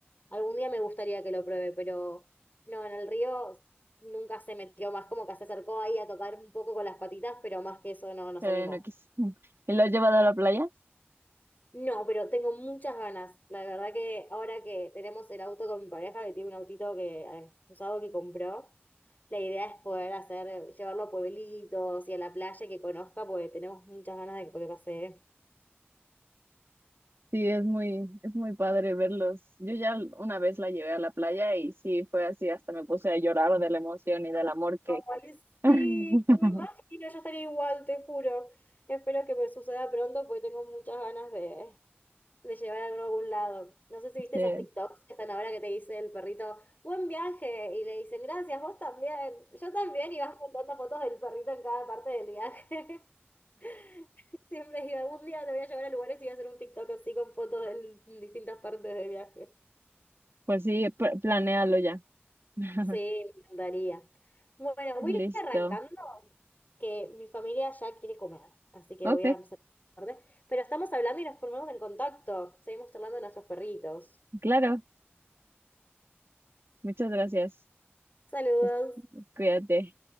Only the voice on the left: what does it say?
Algún día me gustaría que lo pruebe, pero no, en el río nunca se metió más, como que se acercó ahí a tocar un poco con las patitas, pero más que eso no nos
animó.
No, pero tengo muchas ganas. La verdad que ahora que tenemos el auto con mi pareja, que tiene un autito que eh, usado que compró, la idea es poder hacer, llevarlo a pueblitos y a la playa que conozca, porque tenemos muchas ganas de que que pase.
Ay,
sí, no me imagino, yo estaría igual, te juro. Espero que me suceda pronto porque tengo muchas ganas de, de llevar algo a algún lado. No sé si viste
esos TikToks que están ahora que te dice el perrito, buen viaje, y le dicen, gracias, vos también, yo también, y vas montando fotos del perrito en cada parte del viaje. <laughs> Siempre digo, algún día te voy a llevar a lugares y voy a hacer un TikTok así con fotos de distintas partes del viaje.
Sí, me encantaría. Bueno, voy
a ir arrancando. que mi familia ya quiere comer, así que
voy a empezar a tarde. Pero estamos hablando y nos ponemos en contacto. Seguimos charlando de nuestros perritos.
Saludos.